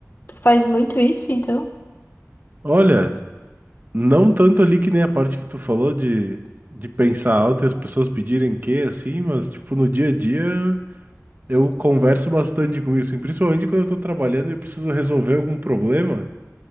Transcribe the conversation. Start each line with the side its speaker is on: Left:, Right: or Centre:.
Left: Tu faz muito isso, então?
Right: Olha, Não tanto ali que nem a parte que tu falou de, de pensar alto e as pessoas pedirem que, assim, mas, tipo, no dia a dia eu converso bastante com isso, e principalmente quando eu tô trabalhando e eu preciso resolver algum problema.